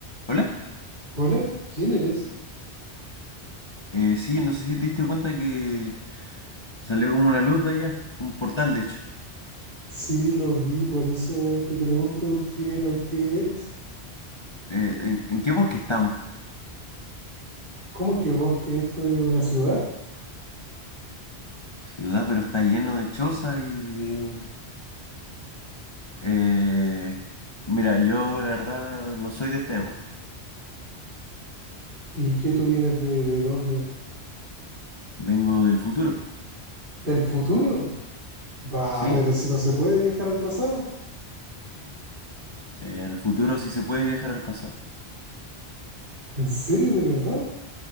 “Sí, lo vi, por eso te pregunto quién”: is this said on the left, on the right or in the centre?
Right